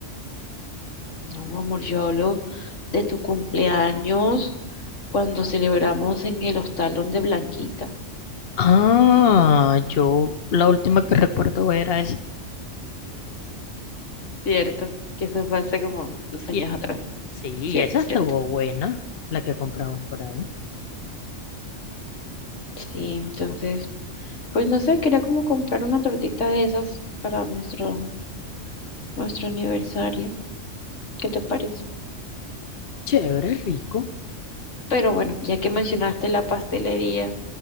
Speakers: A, on the left; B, on the left.
A: No, amor, yo hablo de tu cumpleaños cuando celebramos en el hostal donde Blanquita,
B: Ah, yo la última que recuerdo era esa.
A: ¿cierto? Que eso fue hace como dos años
B: Y,
A: atrás,
B: sí, y
A: ¿cierto?
B: esa
A: ¿Cierto?
B: estuvo buena, la que compramos por ahí.
A: Sí, entonces, pues no sé, quería como comprar una tortita de esas para nuestro, nuestro aniversario. ¿Qué te parece?
B: Chévere, rico.
A: Pero bueno, ya que mencionaste la pastelería,